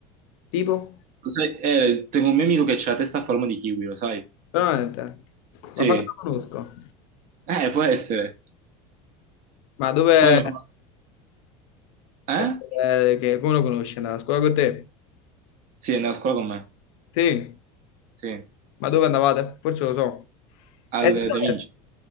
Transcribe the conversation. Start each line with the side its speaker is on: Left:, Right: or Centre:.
Left: Tipo?
Right: Lo sai, eh, tengo un mio amico che ha la testa a forma di kiwi, lo sai?
Left: Veramente?
Right: Sì.
Left: Ma fai che la conosco.
Right: Eh, può essere.
Left: Ma dove...
Right: Poi... Eh?
Left: Cioè, eh, che, come lo conosci? Andava a scuola con te?
Right: Sì, andava a scuola con me.
Left: Sì.
Right: Sì.
Left: Ma dove andavate? Forse lo so.
Right: Al
Left: Eh, di dove?
Right: Da Vinci.